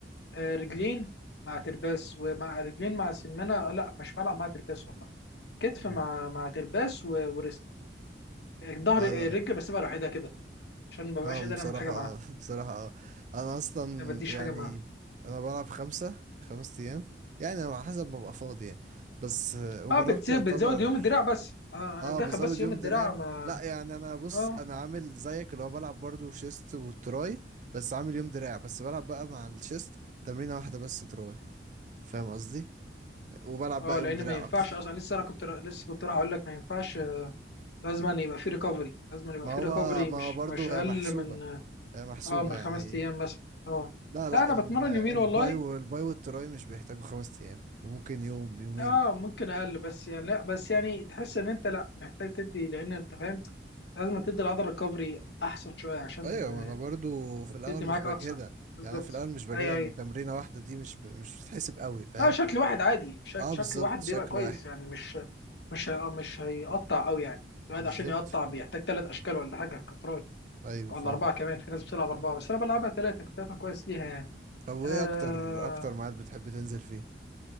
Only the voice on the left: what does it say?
آه، رجلين مع ترباس ومع رجلين مع سمانه آه، لا مش بلعب مع ترباس والله كتف
مع مع ترباس و... وريست آه، ظهر
الرجل بسيبها لوحدها كده عشان ما ببقاش
قادر
اعمل حاجه معاها
ما بديش
حاجه معاها
اه بتزود,
بتزود يوم الدراع بس آه انا
مدخل
بس يوم
الدراع
ما
اه
اه
لان
ما ينفعش
اصلا لسه انا كنت لسه كنت راح اقول لك ما ينفعش لازم أن يبقى في ريكفري لازم أن يبقى
في
ريكفري
مش
مش اقل
من
اه من
خمس ايام مثلا اه
لا انا
بتمرن
يومين والله
اه ممكن اقل بس يعني لا بس يعني تحس ان انت لا محتاج تدي لان انت فاهم لازم تدي العضله ريكفري احسن شويه عشان
آه، تدي
معاك
اكثر بالظبط
اي
اي
لا شكل واحد عادي شك
شكل
واحد
بيبقى كويس
يعني مش مش هي- مش هيقطع قوي يعني الواحد
عشان يقطع بيحتاج ثلاث اشكال ولا حاجه كتراي
ولا
اربعه كمان في ناس بتلعب اربعه بس انا بلعبها ثلاثه كنت دافع كويس ليها يعني
آه